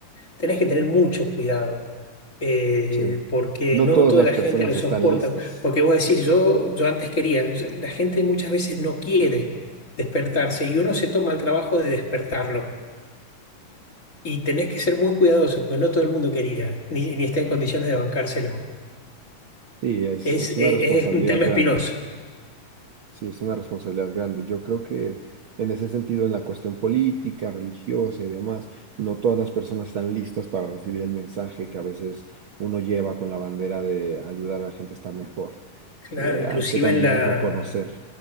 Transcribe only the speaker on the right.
Sí.
No
todas
las
personas
están listas.
Sí, es,
es
una responsabilidad
grande.
Sí, es una responsabilidad grande. Yo creo que en ese sentido, en la cuestión política, religiosa y demás, no todas las personas están listas para recibir el mensaje que a veces uno lleva con la bandera de ayudar a la gente a estar mejor.
Eh,
hay que también
reconocer